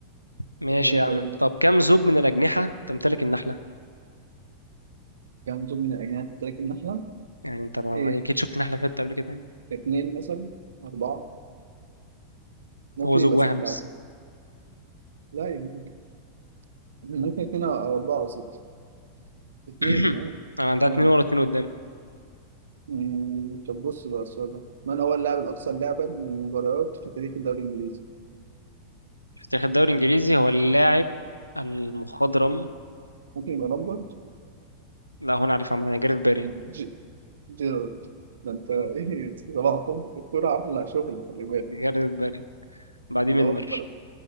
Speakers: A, on the left; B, on the right.
A: ماشي
B: طب وانا
A: يا
B: كمان
A: عم طب كم زوج من الأجنحة تمتلك النحلة؟
B: كام دول من الأجنحة بتاكل النحلة؟
A: يعني أنت ما
B: إيه؟
A: أكيد شفت نحلة في حتة قبل كده يعني
B: اتنين مثلا؟ أربعة؟ ممكن
A: هو زوج
B: يبقى
A: واحد
B: ستة
A: بس
B: عادي لا يعني ممكن اتنين أو أو أربعة أو ستة اتنين
A: <clears throat>
B: أيوة
A: أو عندها
B: السلام
A: اتنين
B: عليكم
A: ورا اتنين قدام
B: مم، طب بص بقى السؤال ده من هو اللاعب الأكثر لعبا للمباريات في تاريخ الدوري الإنجليزي؟
A: في تاريخ الدوري الإنجليزي هو اللاعب المخضرم
B: ممكن يبقى لامبرد؟
A: لا هو أنا عارف عامة أنا جاريث باري
B: ج- جيرارد ده أنت
A: <laughs>
B: إيه صباحكم الكورة عاملة شغل خلي بالك
A: جاريث باري بعديه
B: الله
A: ميلنر
B: أكبر